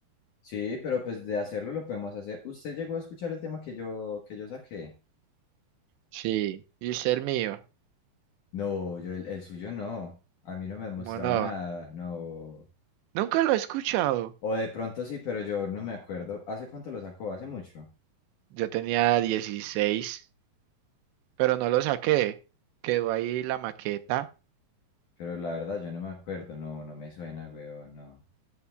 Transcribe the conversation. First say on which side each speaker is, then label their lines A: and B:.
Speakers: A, on the left; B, on the right.
A: Sí, pero pues de hacerlo lo podemos hacer. ¿Usted llegó a escuchar el tema que yo, que yo saqué?
B: Sí, y usted el mío,
A: No, yo el, el suyo no. A mí no me han
B: ¿cómo
A: mostrado
B: no?
A: nada, no.
B: Nunca lo he escuchado.
A: O de pronto sí, pero yo no me acuerdo. ¿Hace cuánto lo sacó? Hace mucho.
B: Yo tenía 16, pero no lo saqué. Quedó ahí la maqueta,
A: Pero la verdad yo no me acuerdo, no, no me suena, weón, no.